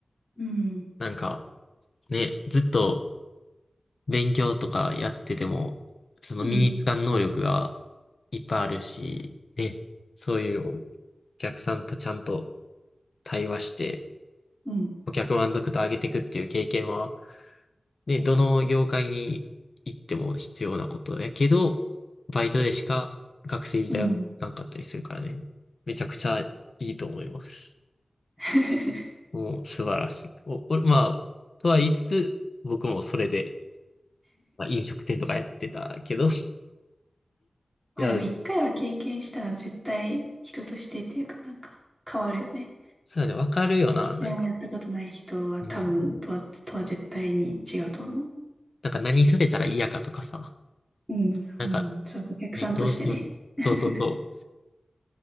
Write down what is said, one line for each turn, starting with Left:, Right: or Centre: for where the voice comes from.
Centre: うん、
Left: なんか、ね、ずっと勉強とかやってても、その身につかん能力が
Centre: うん、
Left: いっぱいあるし、ね、そういうお客さんとちゃんと対話して、
Centre: うん、
Left: 顧客満足度上げていくっていう経験は、ね、どの業界に行っても必要なことやけど、バイトでしか学生時代はなかったりするからね。
Centre: うん。うん
Left: めちゃくちゃいいと思います。
Centre: <laughs>
Left: もう素晴らしい。お、お、まあ、とは言いつつ、僕もそれで、まあ、飲食店とかやってたけど、
Centre: まあでも一回は経験したら絶対人としてっていうかなんか変わるよね。
Left: いや、そうだね、わかるよな、
Centre: 一回もやったことない人は多分とは、
Left: なんか。うん。
Centre: とは絶対に違うと思う。
Left: なんか何されたら嫌かとかさ。
Centre: うん、
Left: なんか、
Centre: うん、そう、お客さんとしてね。
Left: ね、どうしても、
Centre: <laughs>
Left: そうそうそ